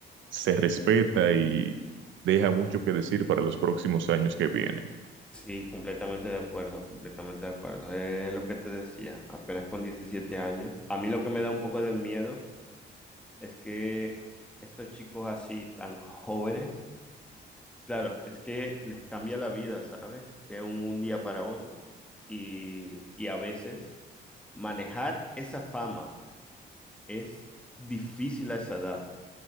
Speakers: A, on the right (about 75°); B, in the centre.
A: se respeta y deja mucho que decir para los próximos años que vienen.
B: sí, completamente de acuerdo, completamente de acuerdo. Es lo que te decía, apenas con 17 años. A mí lo que me da un poco de miedo es que estos chicos así tan jóvenes Claro, es que les cambia la vida, ¿sabes? De un día para otro. Y, y a veces manejar esa fama es difícil a esa edad,